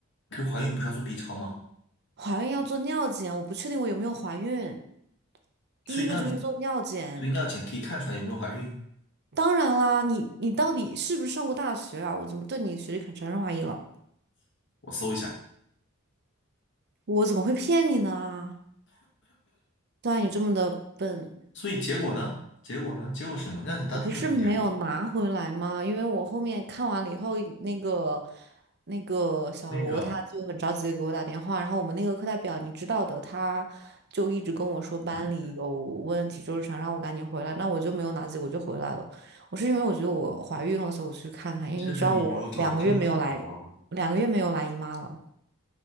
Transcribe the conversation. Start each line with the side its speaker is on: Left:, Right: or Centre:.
Left: 可是怀孕不是要做 B 超吗？
Right: 怀孕要做尿检，我不确定我有没有怀孕。第一个就是做尿检，
Left: 所以尿检，所以尿检可以看出来有没有怀孕。
Right: 当然啦，你你到底是不是上过大学啊？我怎么对你学历产生怀疑了？
Left: 我搜一下，
Right: 我怎么会骗你呢？虽然你这么的笨，
Left: 所以结果呢？结果呢？结果是什么？尿检当天就能出结果。
Right: 我不是没有拿回来吗？因为我后面看完了以后，那个那个小罗他就很着急的给我打电话，
Left: 那个，
Right: 然后我们那个课代表你知道的，他就一直跟我说班里有问题，
Left: 嗯，
Right: 就是想让我赶紧回来，那我就没有拿结果就回来了。我是因为我觉得我怀孕了，所以我去看看，因为你知道我两个月没有来，
Left: 这个理由找的真好啊。
Right: 两个月没有来姨妈了。